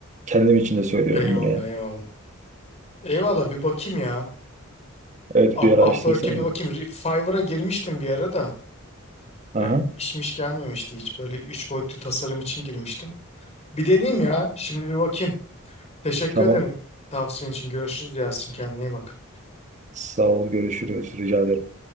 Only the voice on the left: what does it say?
Eyvallah,
eyvallah. Eyvallah bir bakayım ya.
Up,
Upwork'e bir bakayım. Re- Fiverr'a girmiştim bir ara da.
Ya işmiş gelmemişti hiç. Böyle üç boyutlu tasarım için girmiştim. Bir deneyeyim ya. Şimdi bir bakayım. Teşekkür
ederim tavsiyen için. Görüşürüz Yasin. Kendine iyi bak.